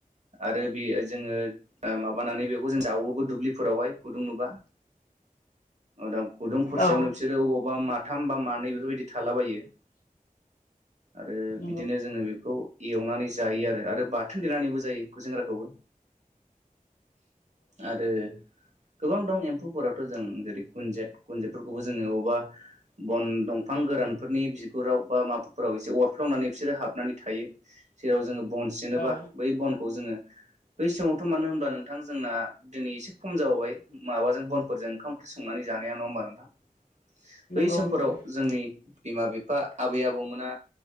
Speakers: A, on the right; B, on the left.
A: आरो बे जोङो माबानानै बेखौ जों जावो। बा दुब्लिफोरावहाय गुदुं नुबा दा गुदुं खरसेयावनो
B: औ
A: बिसोरो अबावबा माथाम, बा मानै बेफोरबायदि थालाबायो। आरो
B: नंगौ
A: बिदिनो जोङो बेखौ हनानै जायो आरो बाथोन देनानैबो जायो खुसेंग्राखौबो। आरो गोबां दं एम्फौफोरावथ' जों जेरै गुनजेत। गुनजेतफोरखौबो जोङो अबावबा बन दंफां गो रानफोरनि बिगुराव बा माबाफोराव एसे अरफ्लंनानै बिसोरो हाबनानै थायो। जेराव जोङो बन सिनोबा
B: औ
A: बै बनखौ जोङो बै समावथ' मानो होनबा नोंथां जोंना दिनै एसे खम जाबोबाय माबाजों बनफोरजों ओंखाम ओंख्रि संनानै जानाया नङा होनबा नोंथां? बै
B: नंगौ
A: समफोराव
B: नंगौ
A: जोंनि बिमा-बिफा, आबै-आबौमोना